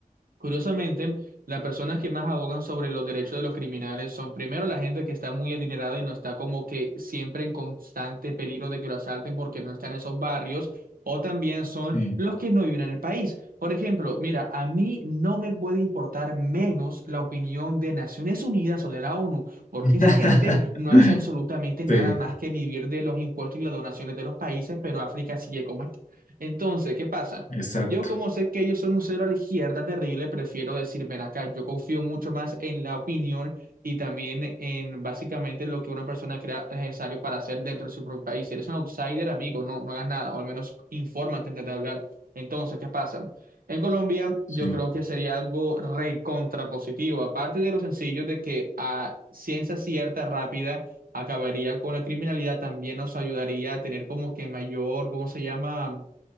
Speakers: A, on the right; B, on the left.
A: Curiosamente, las personas que más abogan sobre los derechos de los criminales son primero la gente que está muy adinerada y no está como que siempre en constante peligro de que lo asalten porque no está en esos barrios, o también son
B: sí,
A: los que no viven en el país. Por ejemplo, mira, a mí no me puede importar menos la opinión de Naciones Unidas o de la ONU, porque
B: <laughs>
A: esa gente no hace absolutamente nada
B: sí,
A: más que vivir de los impuestos y las donaciones de los países, pero África sigue como está. Entonces, ¿qué pasa?
B: exacto.
A: Yo como sé que ellos son un cero a la izquierda terrible, prefiero decir, ven acá, yo confío mucho más en la opinión y también en básicamente lo que una persona crea necesario para hacer dentro de su propio país. Si eres un outsider, amigo, no, no hagas nada, o al menos infórmate antes de hablar. Entonces, ¿qué pasa? En Colombia,
B: Sí,
A: yo creo que sería algo recontrapositivo, aparte de lo sencillo de que a ciencia cierta, rápida, acabaría con la criminalidad, también nos ayudaría a tener como que mayor, ¿cómo se llama?